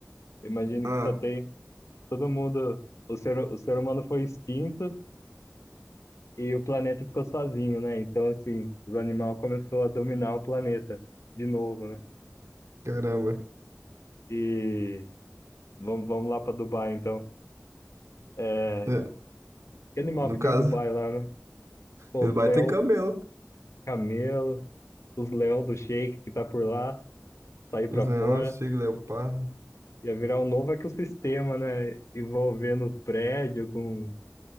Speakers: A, on the left (about 70°); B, on the right (about 70°).
A: Imagine
B: Ah,
A: que só tem todo mundo, o ser, o ser humano foi extinto. e o planeta ficou sozinho, né? Então, assim, os animais começaram a dominar o planeta de novo, né?
B: caramba.
A: E vamos, vamos lá para Dubai, então. É,
B: É,
A: que animal
B: no
A: que
B: caso,
A: tem em Dubai lá, né? Pô,
B: em Dubai
A: os leão
B: tem camelo.
A: camelo, os leão do Sheik que tá por lá, sair
B: Os
A: para
B: leões,
A: fora.
B: tigre, leopardo.
A: Ia virar um novo ecossistema, né? Envolvendo os prédios com,